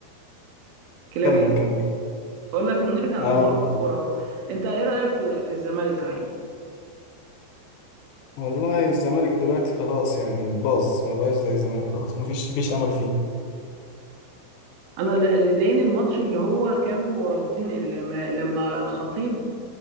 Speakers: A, on the right (about 80°); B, on the left (about 80°).
A: كلاب
B: كمل
A: ايه؟
B: كمل
A: بقول لك نرجع لموضوع
B: أنا ب-
A: الكورة والله انت ايه رأيك في في الزمالك صحيح؟
B: والله الزمالك دلوقتي خلاص يعني باظ ما بقاش زي زمان خلاص ما فيش ما فيش أمل فيه
A: انا اللي اللي ضايقني الماتش اللي هو كانوا رافضين اللي- لما لما الخطيب